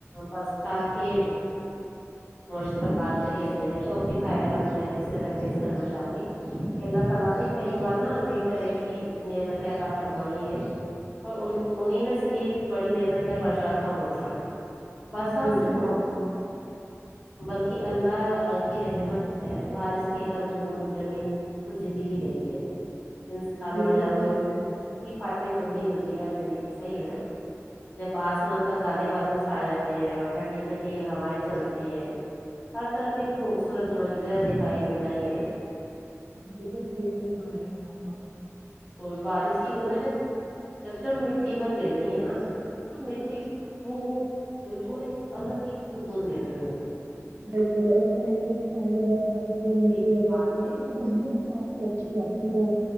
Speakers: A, on the left; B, on the right.
A: برسات کے موضوع پر بات کر ہی رہے ہیں تو اپنی خیالات میں اس طرح فیز کرنا چاہوں گی کہ اللہ تعالی نے کئی بار نا کئی طرح کی نعمتیں عطا فرمائی ہے اور ان انہیں میں سے ایک بڑی نعمت ہے برسات کا موشم برسات
B: بالکل،
A: صرف مو بلکہ اللہ کی رحمت ہے بارش کی ہر بھوند زمین کو زندگی دیتی ہے انسان
B: بالکل
A: اور جانوروں
B: صحیح
A: کی
B: کہہ رہی ہیں،
A: فائدے مندی ہوتی ہے آپ نے دیکھا ہی ہے جب آسمان پر کالے بادل چھا جاتے ہیں اور ٹھنڈی ٹھنڈی ہوائیں چل یہ ہر طرف ایک خوبصورت منظر دکھائی دیتا ہی ہے
B: بالکل صحیح فرما رہے ہو آپ
A: اور بارش ہی بوندھے جب جب جب مٹی پر گرتی ہیں نا تو مٹیھی خوشبو بالکل الگ ہی سکون دیتی ہے
B: بالکل اور اس ٹائم تو پہلے برسات جو مٹی
A: ایک
B: وغیرہ گرتے خوشبو بھی کافی اچھی لگتی ہے